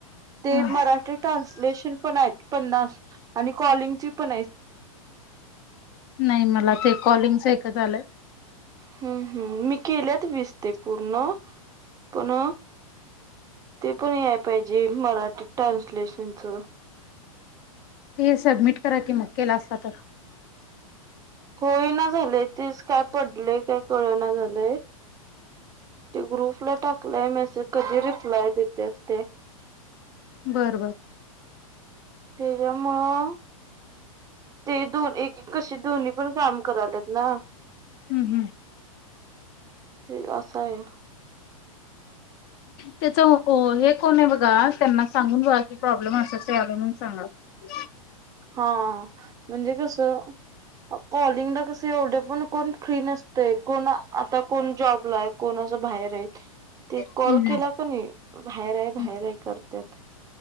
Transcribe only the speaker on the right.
ते
मराठी ट्रान्सलेशन पण आहेत पन्नास आणि कॉलिंगची पण आहे.
हम्म हम्म मी केल्यात वीसते पूर्ण पण ते पण याय पाहिजे मराठी ट्रान्सलेशनच.
होय ना झालंय तेच काय पडलय काय कळ ना झालंय. ते ग्रुपला टाकलंय मेसेज कधी रिप्लाय देत ते.
तेच्यामुळं. ते दोन एक कशी दोन्ही पण काम करालत ना.
हे असं आहे.
हा म्हणजे कसं. कॉलिंगला कस एवढे पण कोण फ्री नसते कोण आता कोण जॉबला आहे कोण. जे बाहेर आहेत कॉल
केला क नाही बाहेर आहे,
बाहेर आहे, करतत्यात.